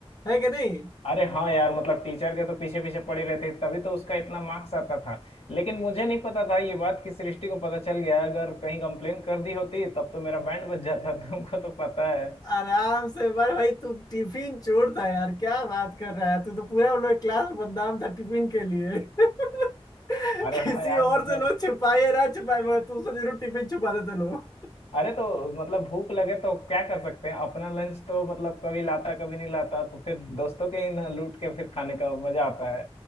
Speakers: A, on the left; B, on the left.
A: है कि नहीं
B: अरे हाँ यार मतलब टीचर के तो पीछे पीछे पड़े रहते तभी तो उसका इतना मार्क्स आता था लेकिन मुझे नहीं पता था ये बात कि सृष्टि को पता चल गया अगर कहीं कंप्लेन कर दी होती तब तो मेरा बैंड बज जाता तुमको तो पता है
A: आराम से बार भाई तू टिफिन चोर था यार क्या बात कर रहा है तू तो पूरा उन क्लास में बदनाम था टिफिन के लिए <laughs>
B: अरे
A: किसी
B: हाँ यार मतलब
A: और से लोग छिपाए ना छिपाए मगर तू से जरूर टिफिन छुपाते थे लोग
B: अरे तो मतलब भूख लगे तो क्या कर सकते हैं अपना लंच तो मतलब कभी लाता कभी नहीं लाता तो फिर दोस्तों के ही ना लूट के फिर खाने का मजा आता है